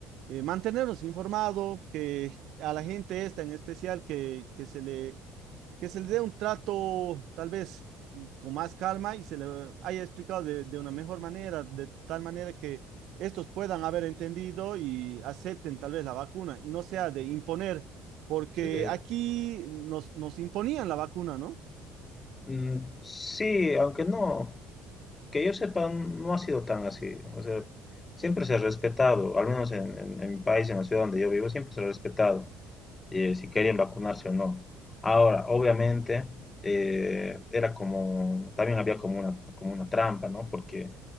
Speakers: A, on the right; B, on the left.
A: eh, mantenernos informados, que a la gente esta en especial que, que se le que se le dé un trato tal vez con más calma y se le haya explicado de, de una mejor manera, de tal manera que estos puedan haber entendido y acepten tal vez la vacuna y no sea de imponer, porque
B: Eh,
A: aquí nos, nos imponían la vacuna, ¿no?
B: mm, sí, aunque no, que yo sepa, no ha sido tan así. O sea, siempre se ha respetado, al menos en, en- en mi país, en la ciudad donde yo vivo, siempre se ha respetado. eh, si querían vacunarse o no. Ahora, obviamente, eh, era como, también había como una, como una trampa, ¿no? Porque